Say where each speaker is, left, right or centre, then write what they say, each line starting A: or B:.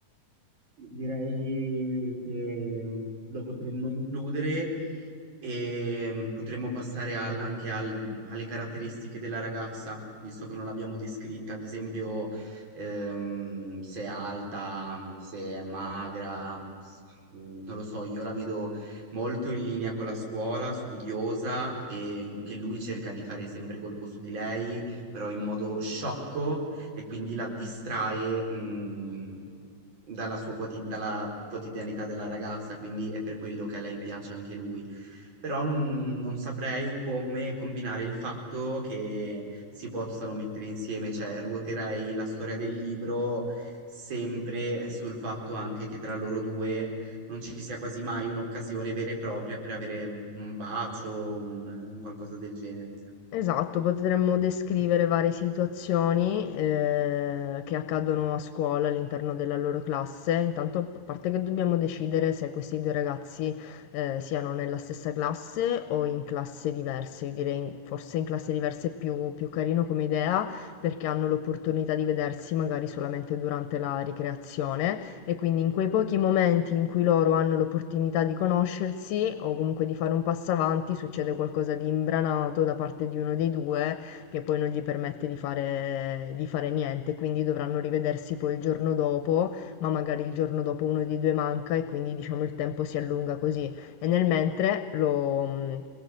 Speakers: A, on the right; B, on the left.
A: Direi che mm, lo potremmo includere e mm, potremmo passare al- anche al- mm, alle caratteristiche della ragazza, visto che non l'abbiamo descritta, ad esempio ehm, se è alta, mm, se è magra, s- mm, non lo so, io la vedo molto in linea con la scuola, studiosa e l- che lui cerca di fare sempre colpo su di lei, però in modo sciocco e quindi la distrae. mm, dalla sua quoti- dalla quotidianità della ragazza, quindi è per quello che a lei piace anche lui. Però non, non saprei come combinare il fatto che si possano mettere insieme, cioè ruoterei la storia del libro sempre sul fatto anche che tra loro due non ci sia quasi mai un'occasione vera e propria per avere un bacio, un un qualcosa del genere.
B: Esatto, potremmo descrivere varie situazioni, ehm, che accadono a scuola all'interno della loro classe. Intanto, p a parte che dobbiamo decidere se questi 2 ragazzi, ehm, siano nella stessa classe o in classe diverse. Io direi in forse in classe diverse è più più carino come idea, perché hanno l'opportunità di vedersi magari solamente durante la ricreazione. E quindi in quei pochi momenti in cui loro hanno l'opportunità di conoscersi o comunque di fare un passo avanti, succede qualcosa di imbranato da parte di uno dei due che poi non gli permette di fare, di fare niente, quindi dovranno rivedersi poi il giorno dopo, ma magari il giorno dopo uno dei due manca e quindi diciamo il tempo si allunga così. E nel mentre lo mh,